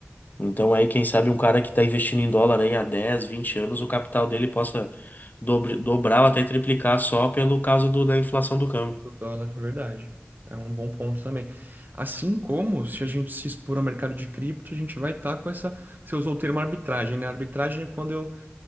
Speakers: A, on the left (about 40°); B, on the right (about 45°).
A: Então aí, quem sabe um cara que está investindo em dólar aí há 10 20 anos, o capital dele possa dobre- dobrar ou até triplicar só pelo caso do, da inflação do câmbio.
B: do dólar, é verdade. É um bom ponto também. Assim como se a gente se expor ao mercado de cripto, a gente vai estar com essa. Você usou o termo arbitragem, né? Arbitragem é quando eu